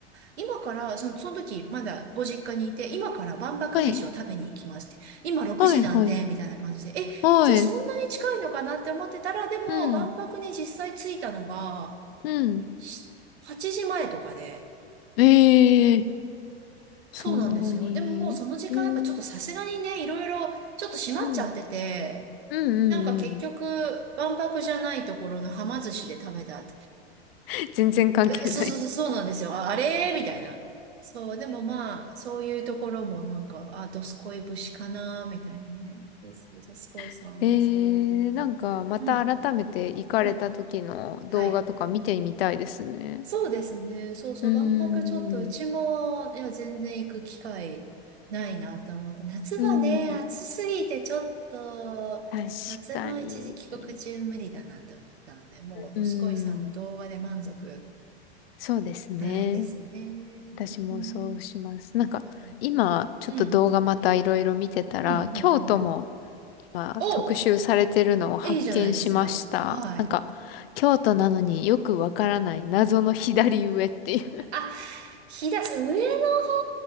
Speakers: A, on the right (about 70°); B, on the left (about 60°).
A: 今から、その、その時、まだご実家にいて、今から万博飯を食べに行きますって。
B: はい。
A: 今6時なんで、
B: はいはい。
A: みたいな感じで。え、
B: はい。
A: じゃあそんなに近いのかなって思ってたら、でも、
B: うん。
A: 万博に実際着いたのが、
B: うん。
A: し8時前とかで。
B: ええそんなに、
A: そうなんですよ。でももうその時間、
B: えー、
A: やっぱちょっとさすがにね、いろいろ、ちょっと閉まっちゃってて、
B: うん、うんうんうん。
A: なんか結局、万博じゃないところのはま寿司で食べた
B: <laughs> 全然関係ない
A: そうそうそう、そうなんですよ。あ、あれみたいな。そう、でもまあ、そういうところもなんか、あ、どすこい節かなみたいなね。そうそう、どすこいさん、
B: <laughs> えー、
A: そう。
B: なんかまた改めて行かれた時の動画とか見てみたいですね。
A: うん。はい。はい。そうですね。そうそう、
B: うー
A: 万博ちょっと、うちも、
B: ん、
A: いや、全然行く機会ないなと思って。夏はね、
B: うん、
A: 暑すぎてちょっと、
B: 確かに。
A: 夏の一時帰国中無理だなと思ったので、もう、
B: うん、
A: どすこいさんの動画で満足。
B: そうですね。
A: はいですね。
B: 私もそうします。
A: うん
B: なんか今ちょっと動画またいろいろ見てたら、
A: はい。うん。うん、うん、
B: 京都も
A: うん。
B: まあ、
A: お、
B: 特集されてるのを発見しました。
A: いいじゃないですか。はい。
B: なんか、京都なのによくわからない謎の左上っていう。
A: あ、飛騨、そう上の方は